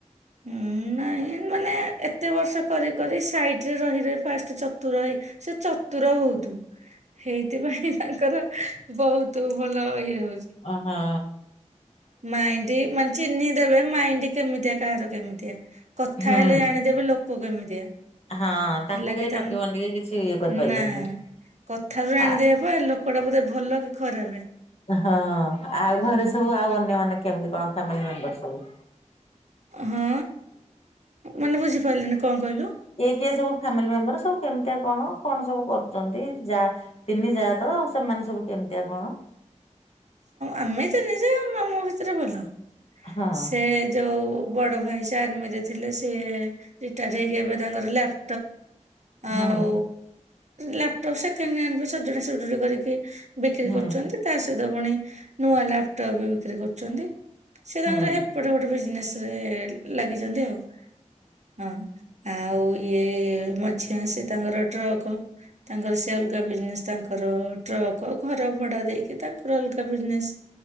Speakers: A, on the right; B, on the left.
A: ହୁଁ ନାଇଁ ମାନେ କେତେ ବର୍ଷ କରି କରି ସାଇଟ ରେ ରହି ରହି ଫାଷ୍ଟ ଚତୁର ହେଇ ସେ ଚତୁର ବହୁତ। ସେଇଥିପାଇଁ ତାଙ୍କର ବହୁତ ଭଲ ଇଏ ହଉଛି।
B: ଓହୋ
A: ମାଇଣ୍ତି ମାନେ ଚିହ୍ନି ଦେବେ। ମାଇଣ୍ଡ କେମିତିଆ କାହାର କେମିତିଆ କଥା
B: ହୁଁ।
A: ହେଲେ ଜାଣିଦେବେ ଲୋକ କେମିତିଆ।
B: ହଁ ତାଙ୍କୁ
A: ହେଲା
B: କେହି
A: କି ତାଙ୍କ
B: ଠକି ଭଣ୍ଡିିଇକି କିଛି ଇଏ କରିପାରିବେନି।
A: ନା। କଥାରୁ ଜଣିଦେବ
B: ଆ
A: ବା ଲୋକ ଟା ବୋଧେ ଭଲ କି ଖରାପ
B: ହଁ ଆଉ ଘରେ
A: ହୁଁ।
B: ସବୁ ଆଉ ଅନ୍ୟମାନେ କେମତି କଣ ଫ୍ୟାମିଲ ମେମ୍ୱର ସବୁ?
A: ହଁ ମାନେ ବୁଝିପାରିଲିନି କଣ କହିଲ
B: କିଏ କିଏ ସବୁ ଫ୍ୟାମିଲି ମେମ୍ବର ସବୁ କେମିତିଆ କଣ କଣ ସବୁ କରୁଛନ୍ତି ଯା ତିନି ଯା ତ ଆଉ ସେମାନେ ସବୁ କେମିତିଆ କଣ?
A: ଆମେ ତିନି ଯା ଆମେ ଆମ ଭିତରେ ଭଲ
B: ହଁ
A: ସେ ଯୋଉ ବଡ ଭାଇ ସେ ଆର୍ମିରେ ଥିଲେ ସିଏ ରିଟା ଟ ହେଇକି ଏବେ ତାଙ୍କର ଲା୍ ଆଉ
B: ହୁଁ
A: ଲ୍ୟାପଟପ୍ ସେକେଣ୍ଡ ହ୍ୟାଣ୍ଡ ବି ସଜଡା ସଜଡ଼ି କରିକି ବିକ୍ରି
B: ହୁଁ
A: କରୁଛନ୍ତି। ତା ସହିତ ପୁଣି ନୂଆ ଲାପଟପ୍ ବି ବିକ୍ରି କରୁଛନ୍ତି ସେ
B: ହୁଁ
A: ତାଙ୍କର ଏପଟେ ଗୋଟେ ବିଜନେସ୍ ରେ ଲାଗିଛନ୍ତି ଆଉ ହଁ। ଆଉ ଇଏ ମଝିଆ ସେ ତାଙ୍କର ଟ୍ରକ୍ ତାଙ୍କର ସେ ଅଲଗା ବିଜନେସ୍ ତାଙ୍କର ଟ୍ରକ ଘର ଭଡା ଦେଇକି ତାଙ୍କର ଅଲଗା ବିଜନେସ।